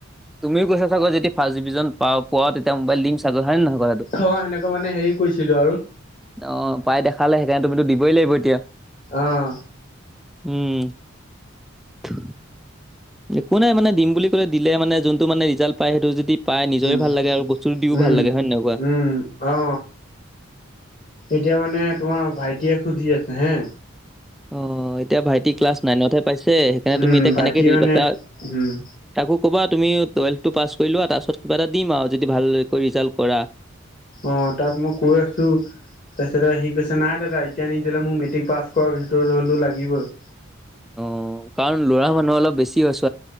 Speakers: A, in the centre; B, on the left.
A: তুমিও কৈছা চাগৈ যদি ফাৰ্ষ্ট ডিভিজন পা পোৱা তেতিয়া মোইল চাগৈ। হয় নে নহয়? <unintelligible> এইটো
B: অ সেনেকুৱা মানে হেৰি কৰিছিলো আৰু
A: অ পাই দেখ পালে সেইকাৰণে তুমিটো দিবই লাগিব এতিয়া।
B: অহ।
A: উম। থু একো নাই মানে দিম বুলি কলে দিলে মানে যোনটো মানে ৰিজাল্ট পায় সেইটো যদি পাই নিজৰে
B: উম
A: ভাল লাগে আৰু বস্তুটো দিও
B: উম
A: ভাল লাগে। হয় নে নহয় কোৱা?
B: উম অ এতিয়া মানে তোমাৰ ভাইটিয়ে খুজি আছে হে
A: অঁ, এতিয়া ভাইটি ক্লাছ নাইনতহে পাইছে সেইকাৰণে
B: উম
A: তুমি এতিয়া
B: ভাইটি
A: কেনেকে দি
B: মানে
A: দিবা তাক-
B: উম
A: তাকো ক'বা তুমি টুৱেলভটো পাছ কৰি লোৱা, তাৰপাছত কিবা এটা দিম আৰু যদি ভাল কৈ ৰিজাল্ট কৰা।
B: অ, তাক মই কৈ আছো তাৰপিছত সি কৈছ নাই দাদা। এতিয়া নিদিলে মোক মেট্ৰিক পাছ কৰাৰ ভিতৰত হলেও লাগিবই।
A: অ, কাৰণ লৰা মানুহ অলপ বেছি হৈছে